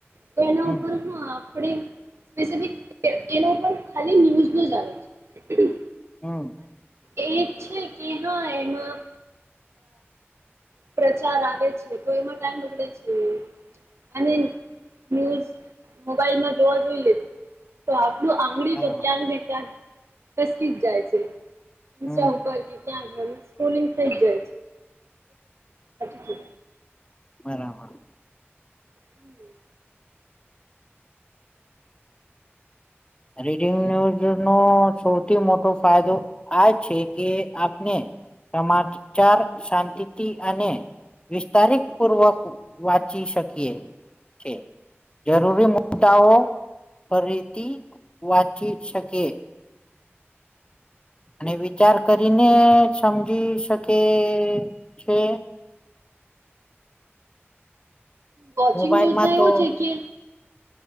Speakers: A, on the right (about 75°); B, on the left (about 25°).
A: તો એના
B: હમ
A: ઉપર હા, આપણે સ્પેસિફિક એના ઉપર ખાલી ન્યૂઝ ન જ આવે છે.
B: હમ્મ
A: એ છે કે હા એમાં પ્રચાર આવે છે, તો એમાં ટાઈમ બગડે છે. અને ન્યૂઝ મોબાઈલમાં જોવા જોઈ લેધું, તો આપણું આંગળી
B: બરાબર
A: તો ક્યાંક ને ક્યાંક ફસકી જ જાય છે. ઇન્સ્ટા
B: હમ
A: ઉપ ઉપર કે કે સ્કૂલિ થ જાય છે.
B: બરાબર <unintelligible>
A: હમ્મ
B: રીડિંગ ન્યૂઝ નો સૌથી મોટો ફાયદો, આ છે કે આપને સમાચાર શાંતિ અને વિસ્તારિત પૂર્વક વાંચી શકીએ, છે જરૂરી મુદ્દાઓ ફરીથી વાંચી શકે, અને વિચાર કરીને સમજી શકે છે.
A: વોચિંગ
B: મોબાઈલમાં
A: ન્યુઝમાં
B: તો
A: એવું છે, કે